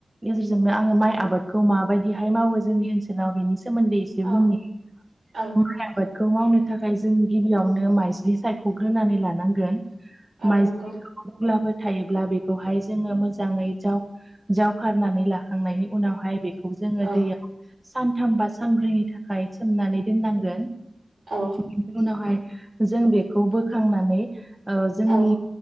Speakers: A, on the right (about 15°); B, on the right (about 80°).
A: गेजेरजोंनो आङो माइ आबादखौ माबायदिहाय मावो जोंनि ओनसोलाव बेनि सोमोन्दै
B: औ
A: बुंनो।
B: औ
A: माइ आबाद खौ मावनो थाखाय जों गिबियावनो माइज्लि सायख'ग्रोनानै लानांगोन।
B: औ
A: माइज्लि
B: नंगौ
A: अब्लाबो थायोब्ला बेखौहाय जोङो मोजाङै जाव जावखारारनानै लाखांनायनि उनावहाय बेखौ खौ जोङो
B: औ
A: दैयाव सानथाम बा सानब्रैनि थाखाय सोमनानै दोननांगोन।
B: औ
A: बिनि उनावहाय जों बेखौ बोखांनानै जोंनि
B: औ